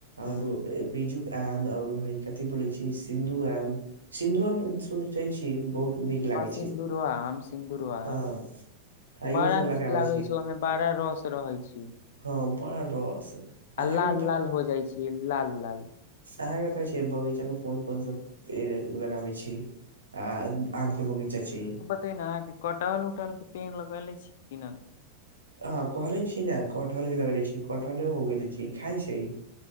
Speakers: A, on the left; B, on the right.
A: हूँ
B: ओरो बिजु आम ओर ह कथि बोलै छी सिन्धु आम सिन्धु आम सु च छी बहुत नीक लागै छै
A: सिन्दूरवा आम सिन्दरवाम
B: हाँ आ इहे
A: बड़ा
B: सब
A: नीक
B: लगाबे
A: लागे मे बाड़ा रस रहै छै
B: हाँ बड़ा रस अहाँके
A: आ लाल लाल हो जाई छऽ लाल लाल
B: अहाँ के बताबै छीयै बगीचा मे कोन कोन सब पेड़ लगाबे छी आ आम के बगीचा छै
A: ते ने अहाँ के कटहल उटहल के पेड़ लगेले छी कि ना
B: हा कहले छी ने कटहल भी लगेेले छी कटहले हो गेले छी खाय छै